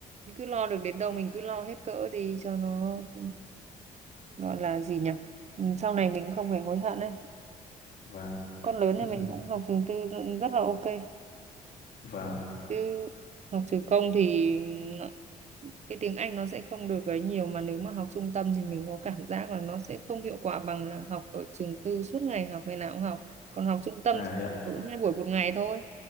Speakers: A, on the right (about 45°); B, on the left (about 65°).
A: Cứ lo được đến đâu mình cứ lo hết cỡ thì cho nó ừ. gọi là gì nhỉ Ừ, sau này mình không phải hối hận đấy
B: và
A: con lớn thì
B: <laughs>
A: mình cũng học trường tư rất là ok
B: và
A: chứ học trường công thì nó- cái tiếng Anh nó sẽ không được ấy nhiều mà nếu mà học trung tâm thì mình có cảm giác là nó sẽ không hiệu quả bằng là học ở trường tư suốt ngày học ngày nào cũng học còn học trung tâm
B: à
A: thì
B: thế ạ
A: cũng hai buổi một ngày thôi